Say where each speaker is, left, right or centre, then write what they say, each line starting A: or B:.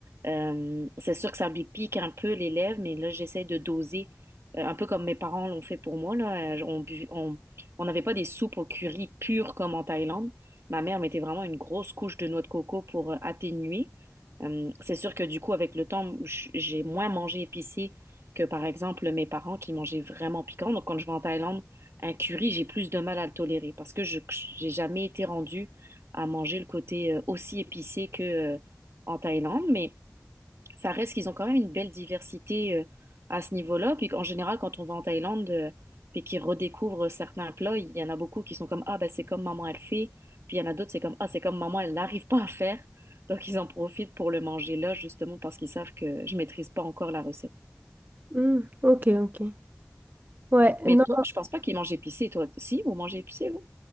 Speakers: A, on the right; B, on the right.
A: Euh, c'est sûr que ça lui pique un peu les lèvres, mais là, j'essaie de doser, euh, un peu comme mes parents l'ont fait pour moi, là. Euh, On bu- on, on n'avait pas des soupes au curry pures comme en Thaïlande. Ma mère mettait vraiment une grosse couche de noix de coco pour euh, atténuer. Euh, c'est sûr que du coup, avec le temps, j- j'ai moins mangé épicé que par exemple mes parents qui mangeaient vraiment piquant. Donc quand je vais en Thaïlande, un curry, j'ai plus de mal à le tolérer parce que je j'ai jamais été rendue à manger le côté euh, aussi épicé que euh, en Thaïlande, mais ça reste qu'ils ont quand même une belle diversité euh, à ce niveau-là. Puis en général, quand on va en Thaïlande euh, puis qu'ils redécouvrent certains plats, il y en a beaucoup qui sont comme ah ben c'est comme maman elle fait, puis il y en a d'autres c'est comme ah c'est comme maman elle n'arrive pas à faire. Donc ils en profitent pour le manger là justement parce qu'ils savent que je maîtrise pas encore la recette.
B: Hmm, ok, ok. Ouais,
A: Mais
B: non,
A: toi, je pense pas qu'il mange épicé. Toi, si, vous mangez épicé, vous?